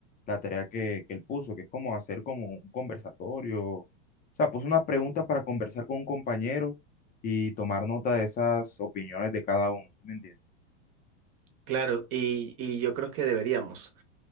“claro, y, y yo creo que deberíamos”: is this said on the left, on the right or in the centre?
Right